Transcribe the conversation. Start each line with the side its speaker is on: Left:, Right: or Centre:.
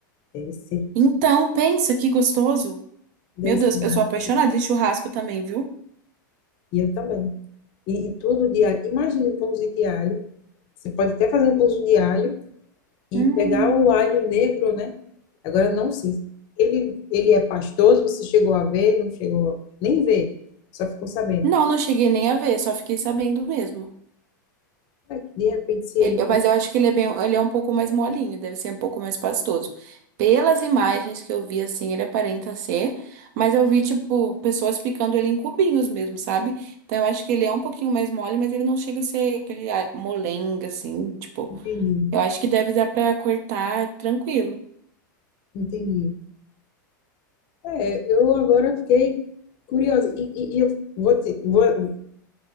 Left: Deve ser,
Right: Então, pensa que gostoso.
Left: deve
Right: Meu
Left: ser
Right: Deus,
Left: maravilha
Right: eu sou apaixonada em churrasco também, viu?
Left: E eu também. E, e tudo de alho. Imagine um pãozinho de alho. Você pode até fazer um pãozinho de alho e
Right: Hum.
Left: pegar o alho negro, né? Agora não sei. Ele, ele é pastoso, você chegou a ver, não chegou, a- nem ver, só ficou sabendo.
Right: Não, não cheguei nem a ver, só fiquei sabendo mesmo.
Left: Ah, De repente, se ele
Right: Ele- eu-
Left: fosse.
Right: mas eu acho que ele é bem, ele é um pouco mais molinho, deve ser um pouco mais pastoso. Pelas imagens que eu vi, assim, ele aparenta ser, mas eu vi, tipo, pessoas picando ele em cubinhos mesmo, sabe? Então eu acho que ele é um pouquinho mais mole, mas ele não chega a ser aquele ah, molenga, assim, tipo,
Left: Entendi,
Right: eu acho que deve dar pra cortar tranquilo.
Left: entendi. É, eu agora fiquei curiosa. E, e- e eu vou, te, vou até